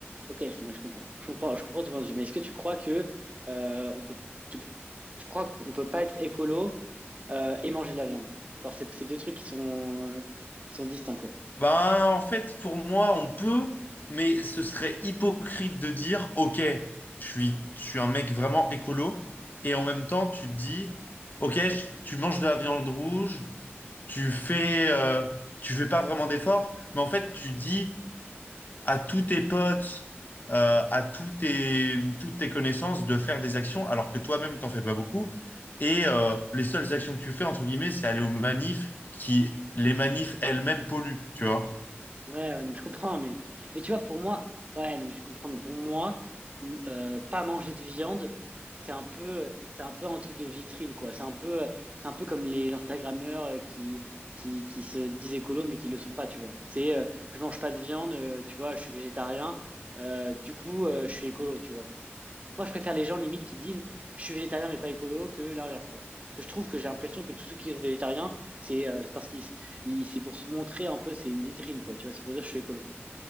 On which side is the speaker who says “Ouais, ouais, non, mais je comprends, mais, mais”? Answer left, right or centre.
Right